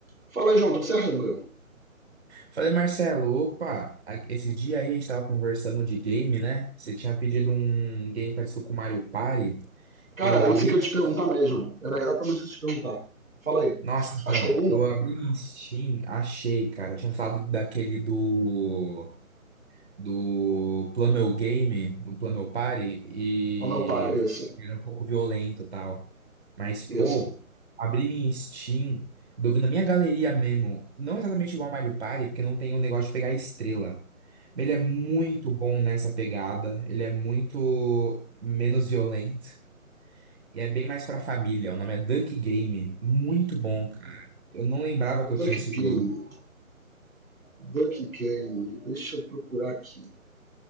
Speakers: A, on the right; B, on the right.
A: Fala aí, João, tudo certo, tranquilo?
B: Falei, Marcelo, opa, a- esse dia aí a gente tava conversando de game, né? Você tinha pedido um game parecido com o Mario Party.
A: Cara,
B: Eu abri.
A: é isso que eu ia te perguntar mesmo. Era exatamente isso que eu ia te perguntar. Fala aí.
B: Nossa, então,
A: Achou algum?
B: eu abri no Steam, achei, cara. Eu tinha falado daquele do. Do Plummel Game, do Plummel Party, e
A: Como eu paro?
B: eu fiquei
A: Isso.
B: que era um pouco violento e tal. Mas, pô,
A: Isso.
B: abri minha Steam, do- na minha galeria mesmo. Não exatamente igual ao Mario Party, porque não tem o negócio de pegar estrela. Ele é muito bom nessa pegada. Ele é muito menos violento. E é bem mais pra família. O nome é Duck Game. Muito bom, cara. Eu não lembrava que eu
A: Duck
B: tinha esse
A: Game.
B: jogo.
A: Duck Game. Deixa eu procurar aqui.